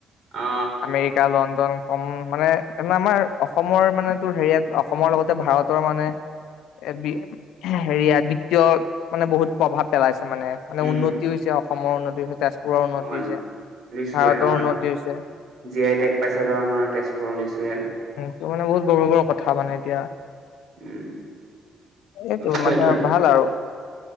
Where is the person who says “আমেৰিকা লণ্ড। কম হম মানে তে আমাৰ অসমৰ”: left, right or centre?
Left